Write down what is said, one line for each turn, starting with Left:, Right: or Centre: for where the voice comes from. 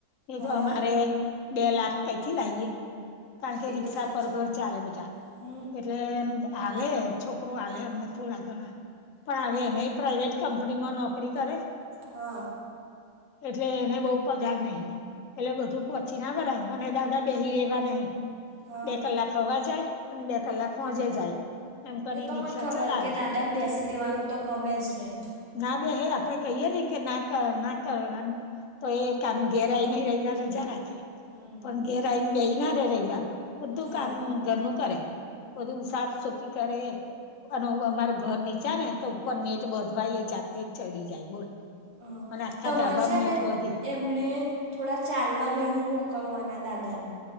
Left: નહી
Right: હા
Left: તો અમારે બે લાખ કૈથી લાઈએ? કારણ કે
Right: એ
Left: રિક્ષા
Right: તો સાચી
Left: પર ઘર
Right: વાત
Left: ચાલે બધા.
Right: હમ
Left: એટલે એમ હાલે, છોકરો હાલે અમને થોડા ઘણા. પણ હવે એનેઈ પ્રાઇવેટ કંપનીમાં નોકરી કરે
Right: હા
Left: એટલે એને બઉ પગાર નહીં. એટલે બધું પછ છી ના ભરાઈ. અને દાદા બેહી રહેવા નહીં.
Right: હા
Left: બે કલાક <unintelligible> જાય અને બે કલાક હોજે જાય. એમ કરીને
Right: એ તો મને
Left: રિક્ષા
Right: ખબર
Left: ચલાવે
Right: કે દાદાને બેસી રહેેવાનું તો ગમે જ નહીં.
Left: ના બેહે. આપણે કહીએ ને કે ના કર ના કરવાનું તો એ કામ ઘેરાઈ નહીં, રઈવાર રજા રાખે.
Right: હમ
Left: પણ ઘેર આઈન બેહી ના રહે રઈવાર. બધું
Right: હા
Left: કામ ઘરનું કરે. બધું સાફ-સુફી કરે, અને અમારું ઘર નીચા ને તો ઉપર નેટ બધલા એ જાતે જ ચડી જાય બોલ.
Right: હા
Left: અને આખા
Right: તમારે
Left: ધાબામ
Right: છે
Left: નેટ
Right: ને
Left: વધે.
Right: એમણે થોડા ચાલવા ને એવું મોકલવાના દાદાન.